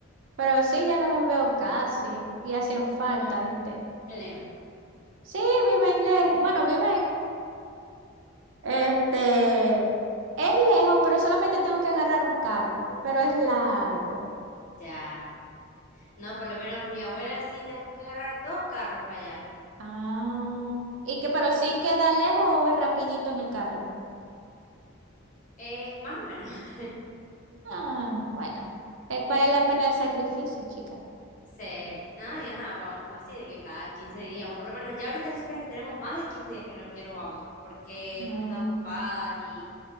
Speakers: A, on the right (about 65°); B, on the left (about 40°).
A: Pero sí, ya no los veo casi y hacen falta,
B: bueno,
A: ¿viste?
B: lejos.
A: Sí, viven lejos. Bueno, viven Este, es lejos, pero solamente tengo que agarrar un carro, pero es largo.
B: Ya. No, por lo menos mi abuela sí tengo que agarrar dos carros para allá.
A: Ah, y que pero sí queda lejos o es rapidito en el carro.
B: Eh, más o menos, <laughs>
A: Ah, bueno, eh, vale la pena el sacrificio, chica.
B: se, nada, y ajá, vamos casi de que cada 15 días, o por lo menos ya ahorita si supieras que tenemos más de 15 días que no, que no vamos, porque
A: Mm.
B: hemos estado ocupadas y